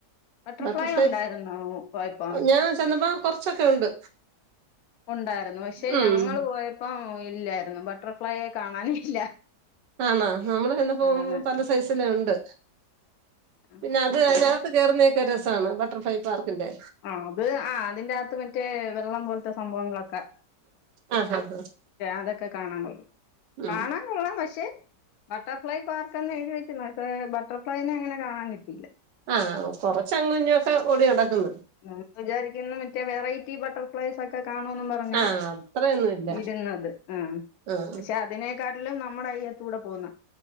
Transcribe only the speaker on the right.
ബട്ടർഫ്ലൈ
ഞാൻ ചെന്നപ്പോ കൊറച്ചൊക്കെ ഉണ്ട്.
ഉം
ആനോ നമ്മള് ചെന്നപ്പോ
പല സൈസിലെ ഒണ്ട്.
പിന്നെ അത് കഴിഞ്ഞാ - അകത്ത് കേറുന്നോക്കെ ഒരു രസമാണ് ബട്ടർഫ്ലൈയ് പാർക്കിന്റെ
ആ ആ ആ
ഉം
ആഹ് കൊറച്ച് അങ്ങും ഇങ്ങൊക്കെ ഓടി നടക്കുന്നു.
ആഹ് അത്രയൊന്നുല്ല
ആഹ്